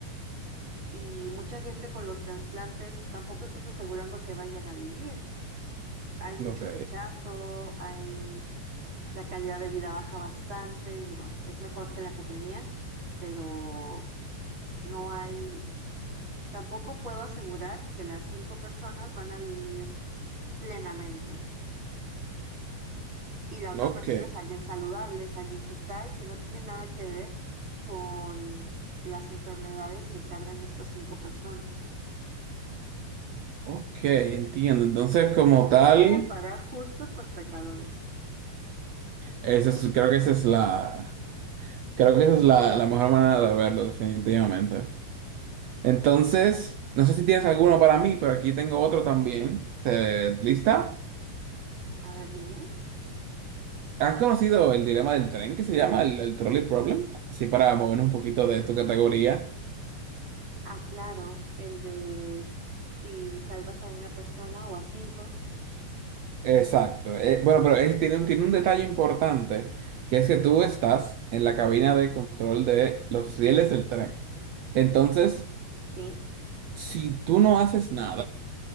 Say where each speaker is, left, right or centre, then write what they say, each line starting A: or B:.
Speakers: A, on the right (about 35°); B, on the right (about 80°).
A: y mucha gente con los trasplantes tampoco estás asegurando que vayan a vivir. Hay mucho
B: Ok,
A: rechazo, hay la calidad de vida baja bastante, digo, es mejor que la que tenían, pero no hay, tampoco puedo asegurar que las cinco personas van a vivir plenamente. Y la otra
B: ok,
A: persona es alguien saludable, es alguien que está y que no tiene nada que ver con las enfermedades que cargan estas cinco personas.
B: ok, entiendo. Entonces, como tal,
A: No pueden pagar justos por pecadores.
B: esa es- creo que esa es la, creo que esa es la, la mejor manera de verlo, definitivamente. Entonces, no sé si tienes alguno para mí, pero aquí tengo otro también. ¿Te, lista?
A: A ver, dime.
B: ¿Has conocido el dilema del tren que se llama el, el trolley problem? Así para movernos un poquito de tu categoría.
A: Ah, claro, el de si salvas a una persona o a cinco,
B: Exacto. Eh, bueno, pero es- tiene un, tiene un detalle importante, que es que tú estás en la cabina de control de los rieles del tren. Entonces,
A: ¿ok?
B: si tú no haces nada,